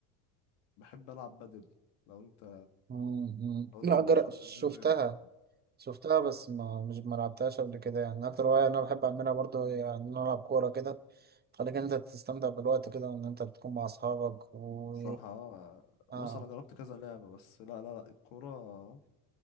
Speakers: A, on the left; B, on the right.
A: بحب العب بدل لو انت
B: مم، مم.
A: لو
B: لا
A: انت من
B: جر...
A: عشاق
B: شفتها
A: هذه الرياضة
B: شفتها بس ما مش ما لعبتهاش قبل كده يعني أكتر هواية أنا بحب أعملها برضه هي إن أنا ألعب كورة كده خليك إن انت تستمتع بالوقت كده وان انت بتكون مع اصحابك و
A: الصراحة آه،
B: اه
A: بص أنا جربت كذا لعبة بس لا لا لا الكورة